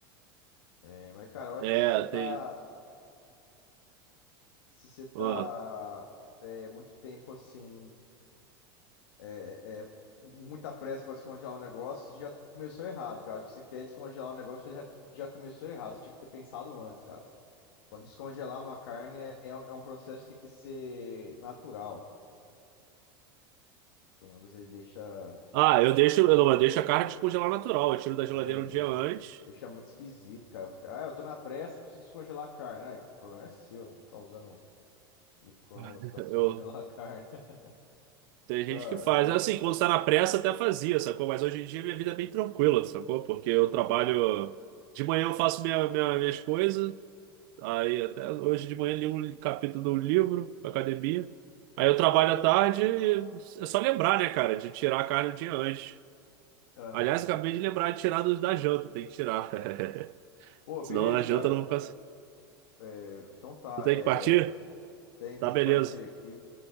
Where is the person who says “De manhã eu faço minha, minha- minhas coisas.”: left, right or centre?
Right